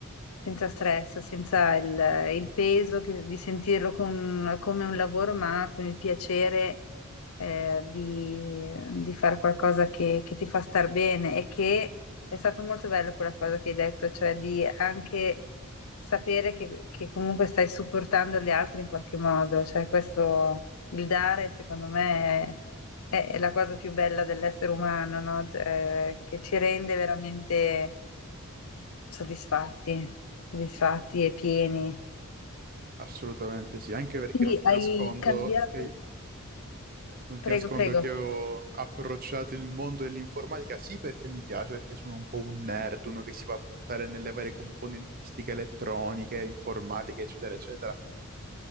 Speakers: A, on the left; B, on the right.
A: senza stress, senza il, il peso che- di sentirlo con- come un lavoro, ma con il piacere eh, di, di fare qualcosa che, che ti fa star bene e che è stato molto bello quella cosa che hai detto, cioè di anche sapere che, che comunque stai supportando gli altri in qualche modo, cioè questo, il dare secondo me è, è- è la cosa più bella dell'essere umano, no? Cioè, che ci rende veramente soddisfatti, soddisfatti e pieni.
B: Assolutamente sì, anche perché
A: Quindi
B: non ti nascondo
A: hai cambiato,
B: che, eh, non ti
A: prego,
B: nascondo
A: prego.
B: che ho approcciato il mondo dell'informatica, sì perché mi piace, perché sono un po' un nerd, uno che si va a buttare nelle varie componentistiche elettroniche, informatiche, eccetera, eccetera,